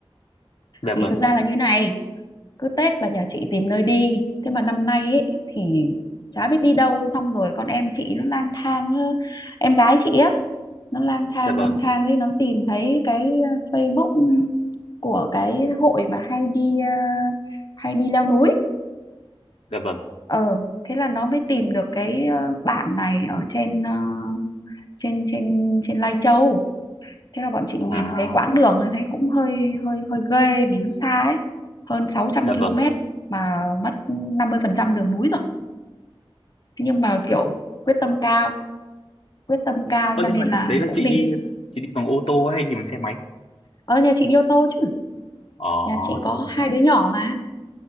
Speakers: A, on the left; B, on the left.
A: Dạ
B: thì
A: vâng,
B: thực ra là như này cứ Tết là nhà chị tìm nơi đi thế mà năm nay ấy thì chả biết đi đâu xong rồi con em chị nó lang thang ờ, em gái chị á nó lang thang
A: dạ vâng,
B: lang thang đấy nó tìm thấy cái ờ, Facebook của cái hội mà hay đi ờ, hay đi leo núi
A: dạ vâng.
B: ờ thế là nó mới tìm được cái ờ, bản này ở trên ờ, trên trên trên Lai Châu thế là bọn chị nhìn
A: À,
B: cái quãng đường thấy cũng hơi hơi hơi ghê vì nó xa ấy hơn 600
A: dạ vâng.
B: km mà mất 50% đường núi rồi thế nhưng mà kiểu quyết tâm cao quyết tâm cao
A: Ơ
B: cho
A: nhưng
B: nên
A: mà
B: là
A: đấy là
B: cũng
A: chị
B: đi
A: đi chị đi bằng ô tô hay đi bằng xe máy?
B: ờ nhà chị đi ô tô chứ
A: Ờ
B: nhà chị có
A: đúng rồi.
B: hai đứa nhỏ mà